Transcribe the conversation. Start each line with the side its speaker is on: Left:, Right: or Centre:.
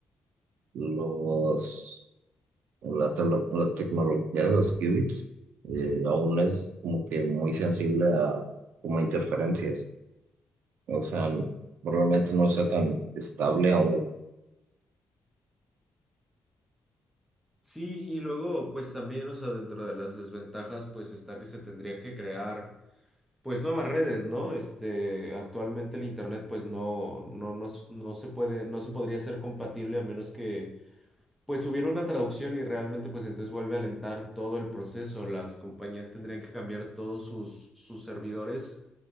Right: los, la, tele- la tecnología de los qubits eh, aún es como que muy sensible a como a interferencias. O sea, probablemente no sea tan estable aún.
Centre: Sí, y luego, pues también, o sea, dentro de las desventajas, pues está que se tendrían que crear, pues nuevas redes, ¿no? Este, actualmente el internet, pues no, no, no, s- no se puede, no se podría ser compatible a menos que Pues subieron una traducción y realmente pues entonces vuelve a alentar todo el proceso. Las compañías tendrían que cambiar todos sus, sus servidores